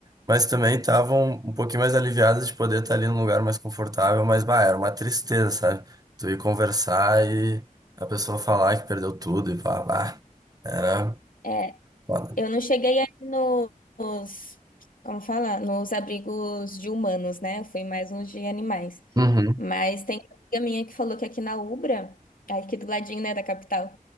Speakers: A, on the right; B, on the left.
A: mas também estavam um pouquinho mais aliviadas de poder estar ali num lugar mais confortável, mas bah, era uma tristeza, sabe? Tu ir conversar e a pessoa falar que perdeu tudo e falar, bah, era
B: É,
A: foda.
B: eu não cheguei aí no- nos, como fala, nos abrigos de humanos, né? Eu fui mais nos de animais.
A: Uhum,
B: Mas tem uma amiga minha que falou que aqui na Ubra, aqui do ladinho, né, da capital,